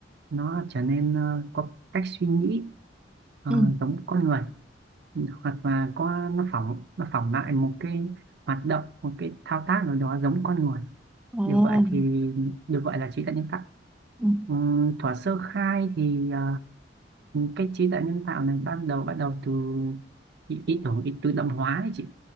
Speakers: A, on the right; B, in the centre.
A: nó trở nên ờ, có cách suy nghĩ ờ,
B: Ừ.
A: giống con người hoặc là có nó phỏng nó phỏng lại một cái hoạt động một cái thao tác nào đó giống con người
B: ồ,
A: được gọi thì được gọi là trí tuệ nhân tạo
B: ừ,
A: Ừm, thuở sơ khai thì ờ, cái trí tuệ nhân tạo này ban đầu bắt đầu từ ý, ý tưởng ý tự động hóa ấy chị